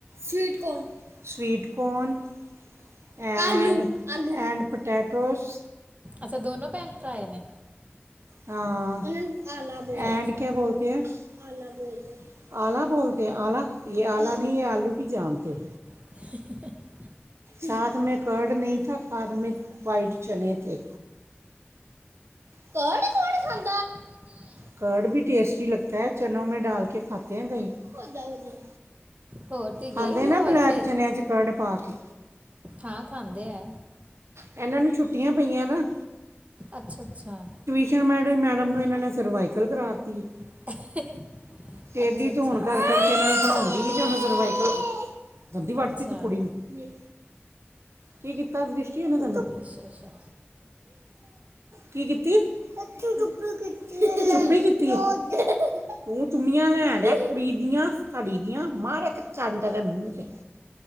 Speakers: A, on the right (about 85°); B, on the right (about 35°).
A: ਸਵੀਟਕੌਨ ਸਵੀਟਕੌਨ ਐਂਡ ਆਲੂ ਆਲੂ ਐਂਡ ਪਟੈਟੋਸ
B: ਅੱਛਾ ਦੋਨੋ ਭੈਣ ਭਰਾ ਆਏ ਨੇ
A: ਹਾਂ ਉਹਨਾਂ ਨੂੰ
B: ਅੱਛਾ
A: ਐਂਡ
B: ਅੱਛਾ
A: ਕਿਆ ਬੋਲ ਆਲਾ ਬੋਲ ਦੇ ਆਲਾ ਬੋਲ ਦੇ ਆਲਾ ਜਾ ਇਹ ਆਲੂ ਕੀ ਜਾਪ ਹੈ।
B: <unintelligible>
A: ਸਾਥ ਮੈਂ ਕਰਡ ਨਹੀਂ ਥਾ ਸਾਥ ਮੈਂ ਵਾਈਟ ਚਣੇ ਥੇ ਕਰਡ ਕੌਣ ਖੰਮ
B: <unintelligible> ਪਤਾ ਹੋਏ
A: ਕਰਡ ਵੀ ਟੇਸਟੀ ਲਗਤਾ ਹੈ ਚਨੋ ਮੈਂ ਡਾਲ ਕੇ ਖਾਤੇ ਹੈ ਕਹੀਂ ਉਹ ਜਾਓ ਜਾਓ
B: ਹੋਰ ਤੀ
A: ਖਾਂਦੇ
B: ਗਈ ਬੂਆ
A: ਨਾ ਬਲੈਕ
B: ਵੱਲ ਫਿਰ
A: ਚਨਿਆਂ ਚ ਕਰਡ ਪਾ ਕੇ
B: ਹਾਂ ਖਾਂਦੇ ਹੈ।
A: ਇਹਨਾਂ ਨੂੰ ਛੁੱਟੀਆਂ ਪਈਆਂ ਨਾ
B: ਅੱਛਾ- ਅੱਛਾ।
A: ਮੈ ਮੈਡਮ ਨੂੰ ਇਹਨਾਂ ਨੇ ਸਰਵਾਈਕਲ ਕਰਾ ਤੀ ਹੈ।
B: <unintelligible>
A: ਤੇੇਡੀ
B: ਅੱਛਾ ਅੱਛਾ
A: ਧੋਣ ਕਰਕੇ ਇਹ ਨੂੰ ਬੜਲਾਉਂਦੀ ਤੇ ਸਰਵਾਈਕਲ ਦੰਦੀ ਵੜਤੀ
B: ਅੱਛਾ
A: ਤੂੰ ਕੁੜੀ ਨੂੰ ਨਹੀਂ ਕੀ ਕੀਤਾ ਦ੍ਰਿਸ਼ਟੀ ਉਹਨੇ ਤੈਨੂੰ
B: ਅੱਛਾ -ਅੱਛਾ।
A: ਕੀ ਕੀਤੀ ਇੱਥੇ <unintelligible> ਕਪੜੀ ਕੀਤੀ <unintelligible> ਚੁੰਮੀਆ ਲੈਂਡ ਹੈ ਕੁੜੀ ਦੀਆਂ ਸੜੀ ਦੀਆਂ ਮਾਰ ਇੱਕ ਚਡ ਦੇ ਮੂੰਹ ਤੇ